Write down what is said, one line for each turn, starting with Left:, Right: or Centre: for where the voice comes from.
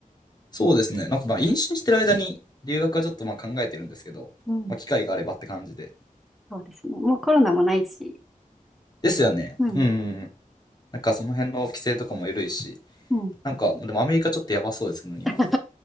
Left: そうですね。なんかまあ妊娠してる間に留学はちょっとまあ考えてるんですけど、
Centre: うん。
Left: まあ機会があればって感じで。
Centre: そうですね。もうコロナもないし。
Left: ですよね。
Centre: うん。
Left: うんうんなんかその辺の規制とかも緩いし、
Centre: うん。
Left: なんか、でもアメリカちょっとやばそうですけどね、今。
Centre: <laughs>